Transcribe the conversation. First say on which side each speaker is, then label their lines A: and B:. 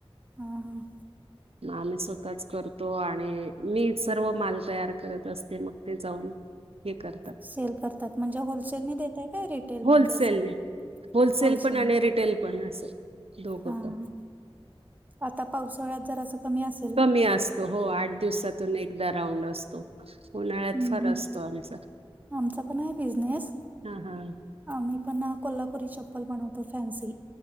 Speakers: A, on the right; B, on the right.
A: ह हां.
B: मग आम्ही स्वतःच करतो आणि मी सर्व माल तयार करत असते मग ते जाऊन. हे कर.
A: सेल करतात म्हणजे होलसेल देतय काय रिटेल
B: होलसेलने
A: म्हणजे असं
B: होलसेल
A: होलसेलने
B: पण आणि रिटेल पण असं दोघं
A: हा
B: पण
A: हा. आता पावसाळ्यात जर असं कमी असे
B: कमी असतो हो आठ दिवसातून एकदा राऊंड असतो उन्हाळ्यात
A: हम्म
B: फार
A: हम्म.
B: असतो आमचा
A: आमचा पण आहे बिझनेस
B: हां हां
A: आ मी पण ना कोल्हापुरी चप्पल बनवतो फॅन्सी